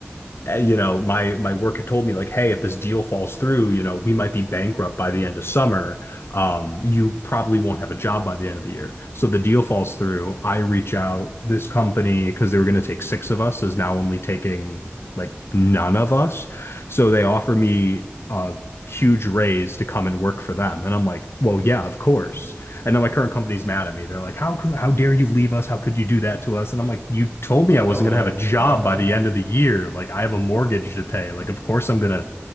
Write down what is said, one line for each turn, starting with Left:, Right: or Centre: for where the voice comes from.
Left: uh, you know, my my work had told me like, hey, if this deal falls through, you know, we might be bankrupt by the end of summer. Um, you probably won't have a job by the end of the year. So the deal falls through. I reach out. This company, because they were going to take six of us, is now only taking like none of us. So they offer me a huge raise to come and work for them, and I'm like, well, yeah, of course. And then my current company's mad at me. They're like, "How could, how dare you leave us? How could you do that to us?" And I'm like, "You told me I wasn't
Centre: Oh man.
Left: gonna have a job
Centre: <laughs>
Left: by the end of the year. Like, I have a mortgage to pay. Like, of course I'm gonna